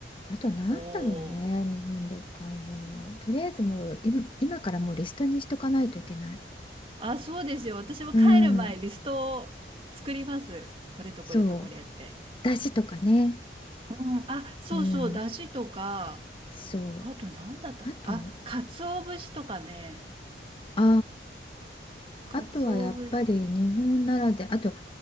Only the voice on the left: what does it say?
あとなんだろうね日本で買うものとりあえずもう今、
今からもうリストにしとかないといけない
うん
そうだしとかね
うん
そ
うあと
あ
あーあとはやっぱり日本ならであと